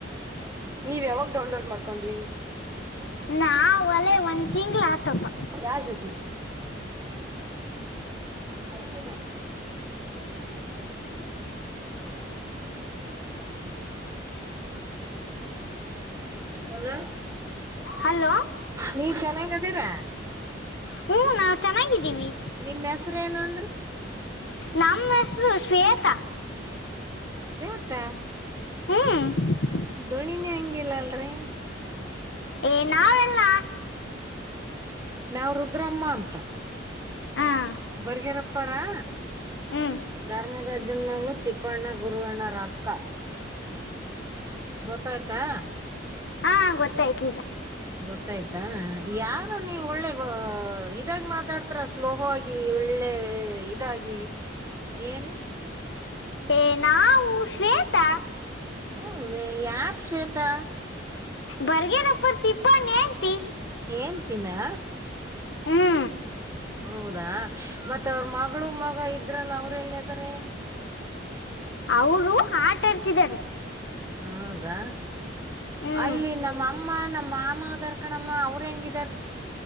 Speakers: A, on the right; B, on the left.
A: ನೀವ್ ಯಾವಾಗ ಡೌನ್ಲೋಡ್ ಮಾಡ್ಕೊಂಡ್ರಿ
B: ನಾ ಒಲೆ ಒಂದ್ ತಿಂಗಳ ಆತಪ್ಪ
A: ಯಾರ್ ಜೊತಿ ಹ್ಮ ಹಲೋ
B: ಹಲೋ
A: ನೀವು ಚೆನ್ನಾಗಿದ್ದೀರಾ
B: ಹ್ಞೂ ನಾವು ಚೆನ್ನಾಗಿದ್ದೀವಿ
A: ನಿಮ್ಮ್ ಹೆಸರು ಏನ ಅಂದ್ರಿ
B: ನಮ್ಮಸ್ು ಶ್ವೇತ
A: ಪಂತ
B: ಹ್ಮ್
A: ೋಣಿನಿ ಹಂಗಿಲ್ಲ ಅಲ್ರಿ
B: ಏ ನಾವೆಲ್ಲ
A: ನಾವ್ ರುದ್ರಮ್ಮ ಅಂತ
B: ಹಾಂ
A: ಬರ್ಗ್ಯಾರಪ್ಪಾರಾ
B: ಹ್ಞೂ
A: ಧರ್ಮದ ಜನ್ಮಗಳು ತಿಪ್ಪಣ್ಣ ಗುರುವಣ್ಣ ರಕ್ಕ ಗೊತ್ತಾಯ್ತಾ
B: ಹಾ ಗೊತ್ತಾಯ್ತು ಈಗ
A: ಗೊತ್ತಾಯ್ತಾ ಯಾರು ನೀವು ಒಳ್ಳೆ ಇದಾಗ ಮಾತಾಡ್ತರಾ ಸ್ಲೋಹ ಆಗಿ ಒಳ್ಳೆ ಇದಾಗಿ ಏನು
B: ಏ ನಾವು ಶ್ವೇತಾ
A: ಹ್ಮ ಯಾರ್ ಶ್ವೇತಾ
B: ಬರ್ಗನ ಪಡ್ತಿಪ್ಪನ್ ಆಟ
A: ಏನ್ಂತಿನ
B: ಹ್ಞೂ
A: ಹೌದಾ ಮತ್ತ ಅವ್ರ ಮಗಳು ಮಗ ಇದ್ರಲ್ಲ ಅವ್ರಲ್ಲದಾರೆ
B: ಅವರು ಆಟ ಆಡ್ತಿದ್ದಾರೆ
A: ಹೌದಾ
B: ಹ್ಞೂ
A: ಅಲ್ಲಿ ನಮ್ಮಅಮ್ಮ ನಮ್ಮ ಮಾಮ ದರ್ಕಣಮ್ಮ ಅವ್ರ ಹೆಂಗಿದ